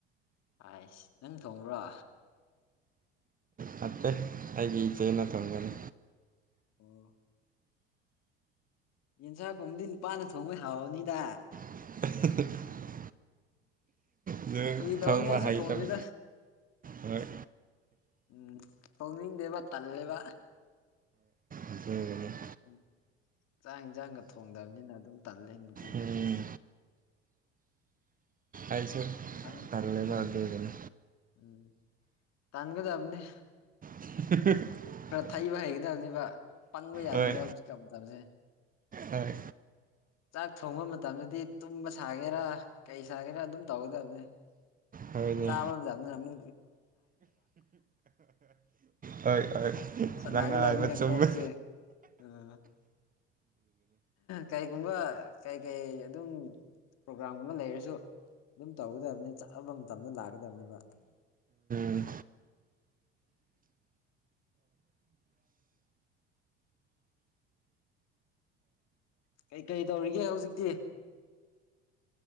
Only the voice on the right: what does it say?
ꯅꯠꯇꯦ ꯑꯩꯒꯤ ꯏꯆꯦꯅ ꯊꯝꯒꯅꯤ
<unintelligible> ꯅꯪ
ꯊꯣꯡꯕ
ꯍꯩꯇꯕ
ꯍꯣꯏ
ꯑꯗꯨ ꯑꯗꯨꯅꯦ <inaudible>
ꯎꯝ ꯑꯩꯁꯨ
ꯇꯜꯂꯦꯗ ꯑꯗꯨꯒꯤꯅꯤ
<unintelligible>
ꯍꯣꯏ
ꯍꯣꯏ
ꯍꯣꯏꯅꯦ
ꯍꯣꯏ ꯍꯣꯏ
ꯂꯪꯅꯕ ꯆꯨꯝꯕ
ꯎ